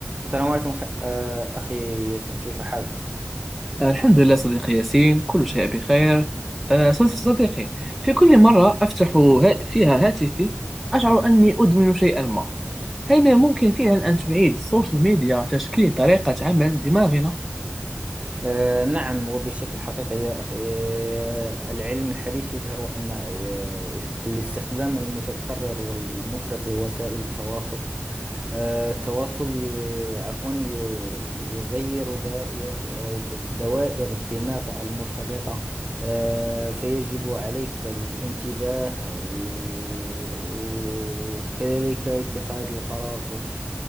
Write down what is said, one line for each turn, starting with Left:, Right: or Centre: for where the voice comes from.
Right: السلام عليكم خ... آه، أخي ياسين كيف حالك؟
Centre: الحمد لله صديقي ياسين كل شيء بخير آه، صد- صديقي في كل مرة أفتح ها- فيها هاتفي أشعر أني أدمن شيئا ما هل من الممكن فعلا أن تعيد السوشيال ميديا تشكيل طريقة عمل دماغنا؟
Right: آه، نعم وبشكل حقيقي يا أخي آه، العلم الحديث يظهر أن آه، اس- الاستخدام المتكرر والمفرط لوسائل التواصل آه، التواصل ي- عفوا ي- يغير دائ- آه، د- دوائر الدماغ المرتبطة آه، فيجب عليك الانتباه و- وكذلك اتخاذ القرار